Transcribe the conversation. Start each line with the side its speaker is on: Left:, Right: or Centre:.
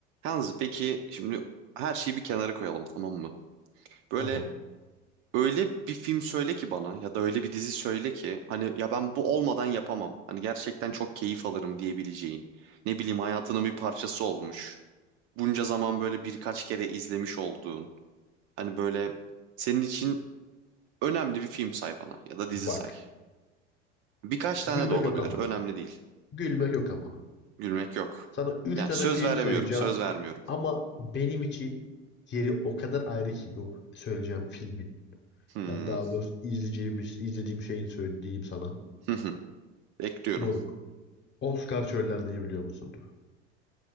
Right: Yalnız peki şimdi her şeyi bir kenara koyalım tamam mı? Böyle
Left: Tamam
Right: öyle bir film söyle ki bana ya da öyle bir dizi söyle ki hani ya ben bu olmadan yapamam. Hani gerçekten çok keyif alırım diyebileceğin. Ne bileyim hayatının bir parçası olmuş. Bunca zaman böyle birkaç kere izlemiş olduğun. Hani böyle senin için önemli bir film say bana ya da dizi
Left: bak.
Right: say. Birkaç tane
Left: Gülmek
Right: de olabilir.
Left: yok ama.
Right: Önemli değil.
Left: Gülmek yok ama.
Right: Gülmek yok.
Left: Sana üç
Right: Yani
Left: tane
Right: söz
Left: film
Right: veremiyorum.
Left: sayacağım.
Right: Söz vermiyorum.
Left: Ama benim için yeri o kadar ayrı ki bu söyleyeceğim filmin.
Right: Hmm.
Left: Yani daha doğrusu izleyeceğimiz, izlediğim şeyin söylediğim sana.
Right: <laughs> Bekliyorum.
Left: Moruk. Oscar çöllerde biliyor musun?